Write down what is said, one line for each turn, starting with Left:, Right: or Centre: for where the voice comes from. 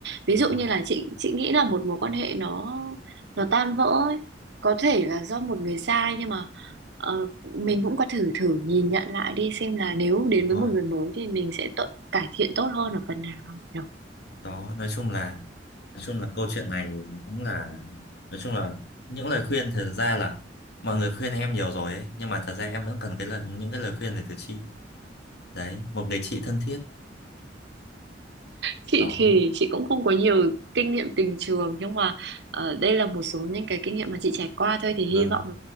Right: ví
Left: đúng
Right: dụ
Left: rồi
Right: như là chị chị nghĩ là một mối quan hệ nó nó tan vỡ ấy. có thể là do một người sai nhưng mà ờ, mình cũng có thử thử nhìn nhận lại đi xem là nếu đến
Left: đúng
Right: với
Left: rồi
Right: một người mới thì mình sẽ tự cải thiện tốt hơn ở phần nào nhỉ?
Left: đó nói chung là nói chung là câu chuyện này cũng là nói chung là những lời khuyên thật ra là mọi người khuyên em nhiều rồi ấy nhưng mà thật ra em vẫn cần cái lời những cái lời khuyên này từ chị đấy một người chị thân thiết
Right: Chị
Left: đó
Right: thì chị cũng không có nhiều kinh nghiệm tình trường nhưng mà ờ, đây là một số những cái kinh nghiệm mà chị trải qua thôi thì hy
Left: vâng
Right: vọng